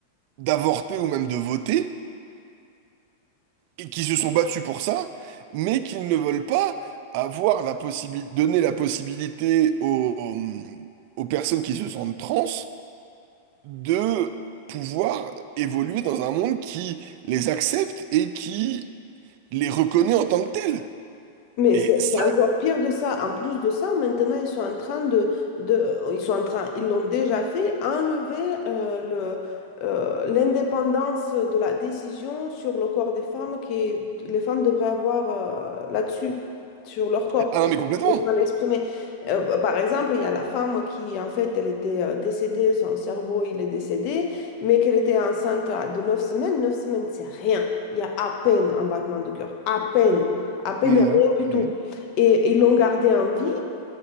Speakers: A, on the right; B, on the left.
A: d'avorter ou même de voter, et qui se sont battus pour ça, mais qu'ils ne veulent pas avoir la possibilité, donner la possibilité aux, aux personnes qui se sentent trans de pouvoir évoluer dans un monde qui les accepte et qui les reconnaît en tant que tels.
B: Mais
A: Et
B: c'est
A: ça,
B: c'est encore pire de ça. En plus de ça, maintenant, ils sont en train de, de ils sont en train, ils l'ont déjà fait, enlever euh, le, euh, l'indépendance de la décision sur le corps des femmes que les femmes devraient avoir euh, là-dessus, sur leur corps.
A: ah non
B: Je
A: mais complètement.
B: je me suis mal exprimée. Euh, par exemple, il y a la femme qui, en fait, elle était euh, décédée, son cerveau, il est décédé, mais qu'elle était enceinte à- de 9 semaines. neuf semaines, c'est rien. Il y a à peine un battement de cœur, à peine à peine
A: Mhm,
B: rien du
A: mhm.
B: tout. Et ils l'ont gardé en vie,